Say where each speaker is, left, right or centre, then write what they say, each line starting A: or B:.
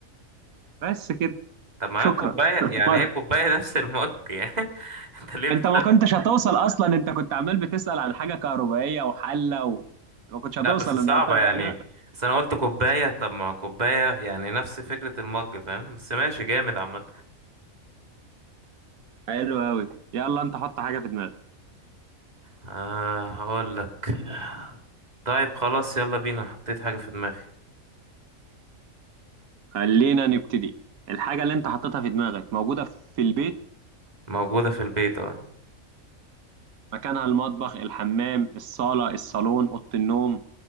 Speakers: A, on the right (about 90°); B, on the right (about 30°).
A: بس كده
B: طب ما
A: شكرا
B: هي كوباية
A: <laughs>
B: يعني
A: ما...
B: هي كوباية <laughs> نفس المج يعني <laughs> انت ليه
A: أنت ما كنتش هتوصل أصلا أنت كنت عمال بتسأل عن حاجة كهربائية وحلة و... ما كنتش هتوصل
B: لا بس صعبة
A: أنا قلت يعني
B: يعني بس انا قلت كوباية طب ما كوباية يعني نفس فكرة المج فاهم بس ماشي جامد عامة
A: حلو أوي يلا أنت حط حاجة في دماغك
B: آه هقول لك طيب خلاص يلا بينا حطيت حاجة في دماغي
A: خلينا نبتدي الحاجة اللي أنت حطيتها في دماغك موجودة في البيت
B: موجودة في البيت اه
A: مكانها المطبخ الحمام الصالة الصالون أوضة النوم